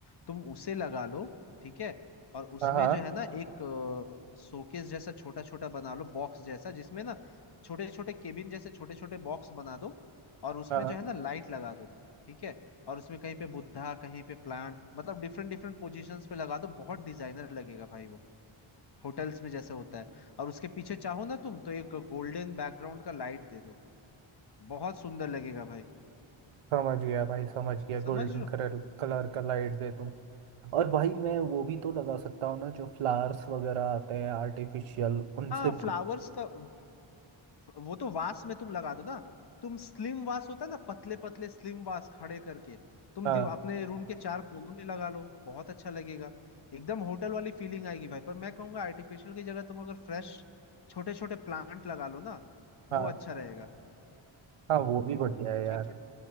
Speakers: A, on the left (about 50°); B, on the right (about 85°).
A: तुम उसे लगा लो ठीक है और उसमें
B: हाँ हाँ
A: जो है ना एक शोकेस जैसा छोटा छोटा बना लो बॉक्स जैसा जिसमें ना छोटे छोटे केबिन जैसे छोटे छोटे बॉक्स बना दो और उसमें
B: हाँ
A: जो है ना लाइट लगा दो ठीक है और उसमें कहीं पे बुद्धा कहीं पे प्लांट मतलब डिफरेंट डिफरेंट पोजीशंस पे लगा दो बहुत डिजाइनर लगेगा भाई वो होटल्स में जैसे होता है और उसके पीछे चाहो ना तुम तो एक गोल्डन बैकग्राउंड का लाइट दे दो बहुत सुंदर लगेगा भाई
B: समझ गया भाई समझ गया
A: समझ
B: गोल्डन
A: रहे हो
B: कलर कलर का लाइट दे दूं और भाई मैं वो भी तो लगा सकता हूँ ना जो फ्लावर्स वगैरह आते हैं आर्टिफिशियल उनसे
A: हाँ फ्लावर्स का वो तो वास में तुम लगा दो ना तुम स्लिम वास होता है ना पतले पतले स्लिम वास खड़े करके तुम
B: हाँ
A: दीव- अपने रूम के चार कोनों में लगा लो बहुत अच्छा लगेगा एकदम होटल वाली फीलिंग आएगी भाई पर मैं कहूंगा आर्टिफिशियल की जगह तुम अगर फ्रेश छोटे छोटे प्लांट लगा लो ना
B: हाँ
A: वो अच्छा रहेगा
B: हाँ वो भी बढ़िया है
A: ठीक
B: यार
A: है